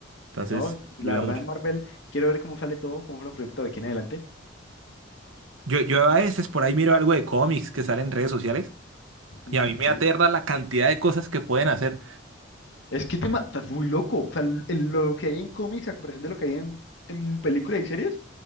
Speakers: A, on the right; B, on the left.
A: Entonces,
B: No, la
A: ayuda
B: verdad
A: mucho.
B: en Marvel quiero ver cómo sale todo, cómo fue el proyecto de aquí en adelante.
A: Yo, yo a veces por ahí miro algo de cómics que salen en redes sociales
B: Mm,
A: y a mí me
B: Sí.
A: aterra la cantidad de cosas que pueden hacer,
B: Es que tema, o sea, es muy loco. O sea, el- el- lo que hay en cómics a comparación de lo que hay en, en películas y series.